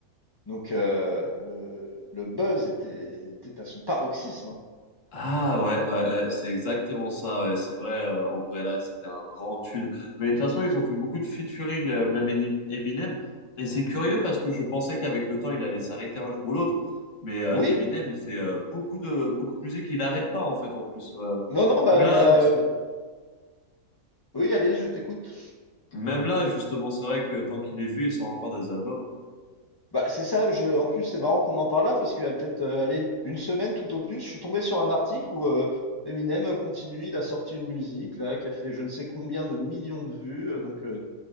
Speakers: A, on the left; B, on the left.
A: donc heu, le le buzz était était à son paroxysme, hein.
B: Ah ouais, ouais, ouais, c'est exactement ça, ouais, c'est vrai, euh, Umbrella, c'était un grand tube. Mais de toute façon, ils ont fait beaucoup de featuring, euh, même Eni- Eminem. Et c'est curieux parce que je pensais qu'avec le temps, il allait s'arrêter un jour ou l'autre. Mais euh,
A: Oui,
B: Eminem, il fait euh, beaucoup de, beaucoup de musique, il n'arrête pas en fait en plus. Euh,
A: non, non,
B: même
A: bah,
B: là,
A: il y a,
B: c'est-
A: oui, allez, je t'écoute.
B: même là, justement, c'est vrai que tant qu'il est vieux, il sort encore des albums.
A: Bah, c'est ça, je en plus, c'est marrant qu'on en parle là parce qu'il y a peut-être, heu, allez, une semaine tout au plus, je suis tombé sur un article où, heu, Eminem, continue, il a sorti une musique là, qui a fait je ne sais combien de millions de vues, heu, donc heu,